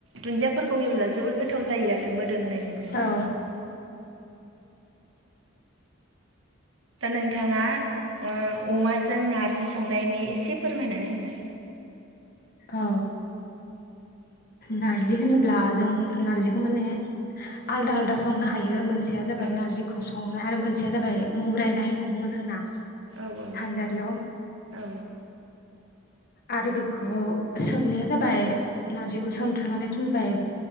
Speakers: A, on the right; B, on the left.
A: दुन्दियाफोरखौ होयोब्ला जोबोर गोथाव जायो आरो। <inaudible> मोदोमनाय मोनो।
B: औ
A: दा नोंथाङा अमाजों नारजि संनायनि एसे फोरमायनानै होदो
B: औ नारजि होनोब्ला जों नारजिखौ माने आलदा आलदा संनो हायो। मोनसेया
A: होदो
B: जाबाय नारजिखौ सनाय आरो मोन मोनसेयाव जाबाय मुरायनाय होनना बुङो जोंना।
A: औ औ
B: सानजारियाव
A: औ।
B: आरो बेखौ सोमनाया जाबाय नारजिखौ सोमथ'नानै दोनबाय।